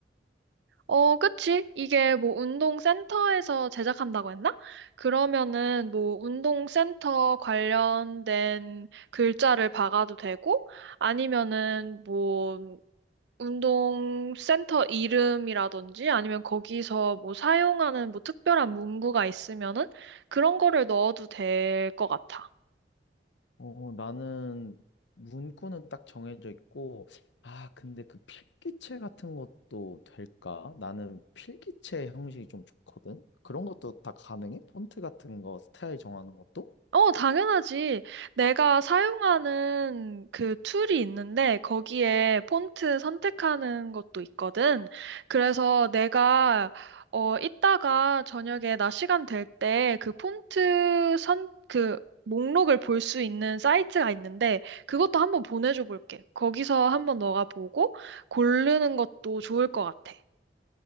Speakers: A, on the right (about 70°); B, on the left (about 80°).
A: 어, 그치? 이게 뭐 운동센터에서 제작한다고 했나? 그러면은 뭐 운동센터 관련된 글자를 박아도 되고 아니면은 뭐 운동 센터 이름이라든지 아니면 거기서 뭐 사용하는 뭐 특별한 문구가 있으면은 그런 거를 넣어도 될 것 같아.
B: 어, 나는 문구는 딱 정해져 있고, 아, 근데 그 필기체 같은 것도 될까? 나는 필기체 형식이 좀 좋거든? 그런 것도 다 가능해? 폰트 같은 거, 스타일 정하는 것도?
A: 어, 당연하지. 내가 사용하는 그 툴이 있는데 거기에 폰트 선택하는 것도 있거든. 그래서 내가 어 이따가 저녁에 나 시간 될 때 그 폰트 선 그 목록을 볼 수 있는 사이트가 있는데 그것도 한번 보내줘 볼게. 거기서 한번 너가 보고 고르는 것도 좋을 것 같아.